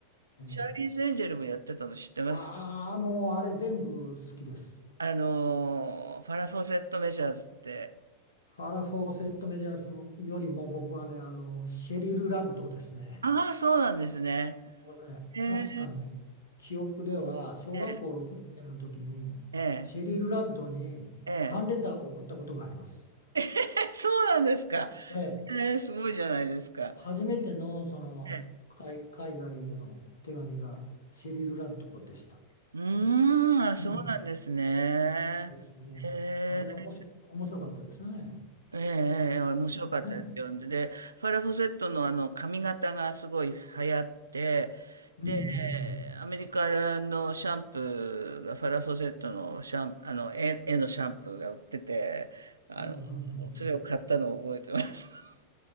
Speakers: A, on the left (about 70°); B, on the right (about 75°).
A: ええ
B: チャーリーズ・エンジェルもやってたの知ってます
A: ああ、もうあれ全部好きです。
B: あのー、ファラ・フォセット・メジャーズって。
A: ファラ・フォーセット・メディアスよりも僕はね、あの、シェリル・ラッドですね。
B: ああ、そうなんですね。
A: これ、
B: へえ。
A: 確かね、記憶では、小学校6年生の時に、
B: ええええ
A: シェリル・ラッドにファンレターを送ったことがあります。
B: ええ。え、<laughs> そうなんですか。
A: で、
B: ええ、すごいじゃないですか。
A: 初めてのその海、
B: ええ。
A: 海外への手紙がシェリル・ラッドでした。
B: うーん、あ、そうなんですね。
A: うんですね。
B: へえ。
A: あれ、おもし、面白かったですね。
B: ええ、ええええ面白かったですよ。
A: 結構ね。
B: で、ファラ・フォセットのあの髪型がすごい流行って、
A: うんうんうん。
B: で、アメリカのシャンプーが、ファラ・フォセットのシャン、あの、絵、絵のシャンプーが売ってて、あの、
A: うんうんうんうん。
B: それを買ったのを覚えてます。<laughs>